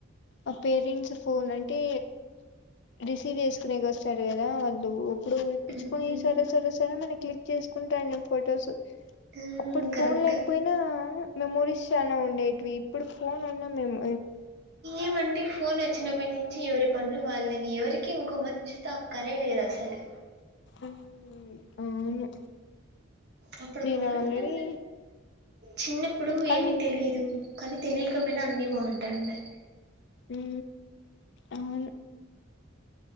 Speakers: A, on the left; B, on the right.
A: ఆ పేరెంట్స్ ఫోన్ అంటే రిసీవ్ చేసుకునే వస్తాడు కదా వాళ్ళు ఇప్పుడు ఇప్పించుకొని
B: మ్మ్
A: సరా సర సరే మనకి క్లిక్ చేసుకుంటాను నేను ఫొటోస్
B: మ్మ్
A: అప్పుడు ఫోన్
B: కరెక్టే
A: లేకపోయినా మెమోరీ సు చాలా ఉండేటివి ఇప్పుడు ఫోన్ ఉన్నా మేము
B: ఏమంటే ఫోన్ వచ్చ చిన్నప్ప నుంచి ఎవరి పనులు వాళ్ళవి ఎవరికి ఇంకో మంచితో అక్కరే లేదు అసలు
A: ఊ అవును
B: అప్పుడు
A: నేను
B: బా
A: ఆల్రెడీ
B: ఉంటుంది చిన్నప్పుడు
A: కానీ
B: ఏమీ తెలీదు కానీ తెలియకపోయినా అన్నీ బాగుంటాయండి
A: ఊ అవును